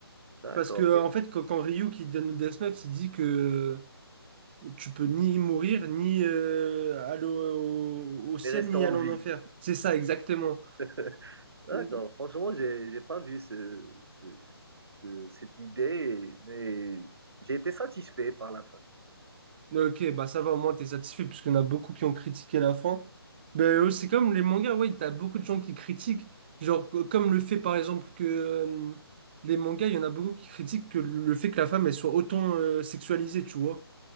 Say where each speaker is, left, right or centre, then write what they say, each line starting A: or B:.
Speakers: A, on the right; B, on the right.
A: d'accord.
B: Parce que, en fait, quand, quand Ryu qui donne Death Note, il dit que. Tu peux ni mourir, ni euh, aller au, au- ciel,
A: mais reste
B: ni
A: en
B: aller
A: vie.
B: en enfer. C'est ça, exactement.
A: <laughs> D'accord.
B: Et-
A: Franchement, j'ai j'ai pas vu ce, ce- ce- cette idée, mais j'ai été satisfait par la fin.
B: Ok, bah ça va, au moins t'es satisfait, parce qu'il y en a beaucoup qui ont critiqué la fin. Ben, euh, c'est comme les mangas, ouais, t'as beaucoup de gens qui critiquent. Genre, co- comme le fait, par exemple, que euh, les mangas, il y en a beaucoup qui critiquent que le fait que la femme, elle soit autant euh, sexualisée, tu vois.